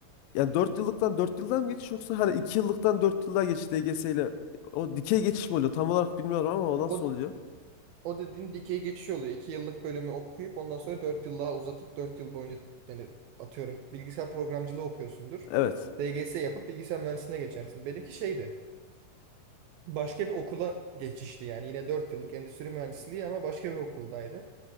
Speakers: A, on the left; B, on the right.
A: yani 4 yıllıktan 4 yıldan mı geçiş yoksa hani 2 yıllıktan 4 yıllığa geçiş DGS ile o dikey geçiş mi oluyor? Tam olarak bilmiyorum ama o nasıl
B: O,
A: oluyor?
B: o dediğin dikey geçiş oluyor. 2 yıllık bölümü okuyup ondan sonra 4 yıl daha uzatıp 4 yıl boyunca yani atıyorum bilgisayar programcılığı okuyorsundur.
A: Evet.
B: DGS yapıp bilgisayar mühendisliğine geçersin. Benimki şeydi. Başka bir okula geçişti yani. Yine 4 yıllık endüstri mühendisliği ama başka bir okuldaydı.